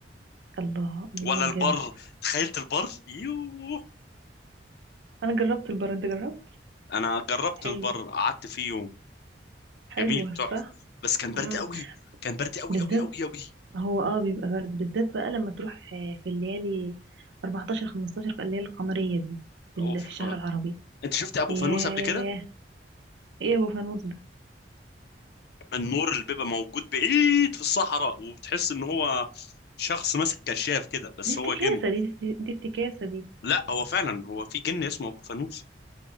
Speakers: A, on the right; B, on the left.
A: الله الله
B: ولا البر
A: بجد
B: تخيلت البر يوه
A: انا جربت البرد انت جربت
B: انا جربت
A: حلو
B: البر قعدت فيه يوم
A: حلو
B: جميل
A: صح
B: تحفه بس كان برد
A: امم
B: قوي كان برد قوي
A: بالذات
B: قوي قوي قوي
A: هو اه بيبقى برد بالذات بقى لما تروح آه، في الليالي 14 15 الليالي القمرية دي في
B: اوف
A: ال- في الشهر العربي
B: انت شفت ابو
A: ياه
B: فانوس قبل كده
A: ايه يا ابو فانوس ده
B: النور اللي بيبقى موجود بعيد في الصحراء وبتحس ان هو شخص ماسك كشاف كده بس
A: دي افتكاسة
B: هو جن
A: دي دي دي افتكاسة دي
B: لا هو فعلا هو في جن اسمه ابو فانوس